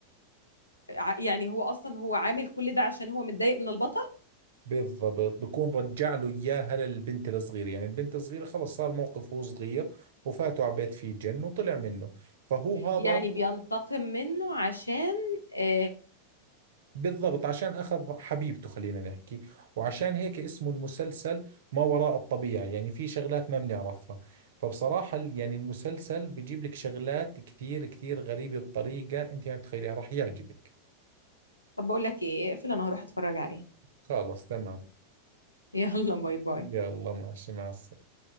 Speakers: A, on the left; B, on the right.
A: ع- يعني هو أصلا هو عامل كل ده عشان هو متضايق من البطل
B: بالضبط بكون رجع له اياها للبنت الصغيره يعني البنت الصغيره خلص صار موقف هو صغير وفاته على بيت فيه جن وطلع منه فهو هذا
A: يعني بينتقم منه عشان آه.
B: بالضبط عشان اخذ حبيبته خلينا نحكي وعشان هيك اسمه المسلسل ما وراء الطبيعه يعني في شغلات ما بنعرفها فبصراحه ال- يعني المسلسل بجيب لك شغلات كثير كثير غريبه بطريقه انت ما بتتخيليها راح يعجبك
A: طب بقول لك إيه اقفل أنا هروح أتفرج عليه
B: خلص تمام
A: <laughs> يلا باي باي
B: يلا ماشي مع السلامه